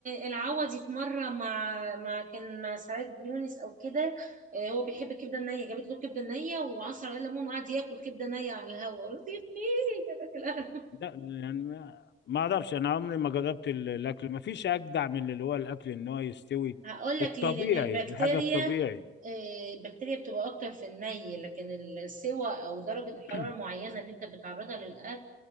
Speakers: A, on the right; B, on the left.
A: العوضي في مره مع مع كان مع سعاد يونس او كده آه، هو بيحب الكبده النيه جابت له كبده نيه وعصر عليه ليمون وقعد ياكل كبده نيه على الهواء قلت ايه كده في القهوة.
B: لا يعني ما ما اعرفش انا عمري ما جربت ال- الاكل ما فيش اجدع من اللي هو الاكل ان هو يستوي
A: هقول لك
B: الطبيعي
A: ليه لان البكتيريا
B: الحاجه الطبيعي
A: آه، البكتيريا بتبقى اكتر في الني لكن السوى او درجه
B: <clears throat>
A: الحراره معينه اللي انت بتعرضها للاكل